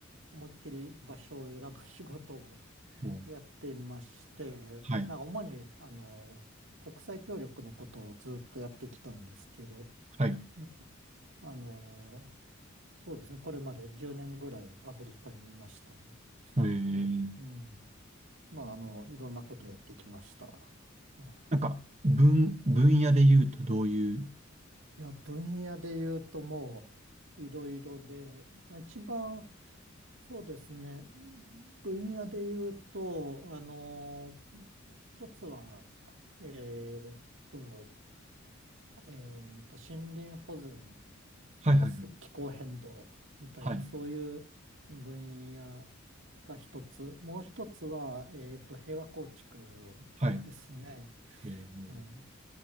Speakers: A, on the right (about 65°); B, on the right (about 35°).
A: 思いっきり場所を選ぶ仕事を
B: おー
A: やっていまして、
B: はい。
A: なんか主に、あの、国際協力のことをずっとやってきたんですけど、
B: はい。
A: うんあの、そうですね、これまで10年ぐらいアフリカにいましたね。
B: えー、
A: いや、うん。まあ、あの、いろんなことやってきました。ね
B: なんか、分、分野で言うとどういう、
A: いや、分野で言うともう、いろいろで、まあ、一番、そうですね、分野で言うと、あの、一つは、えーっと、えっと、森林保全
B: はいはいはい。
A: プラス気候変動みたいな、
B: はい。
A: そういう分野が一つ。もう一つは、えっと、平和構築をですね。
B: はい。えー、
A: えー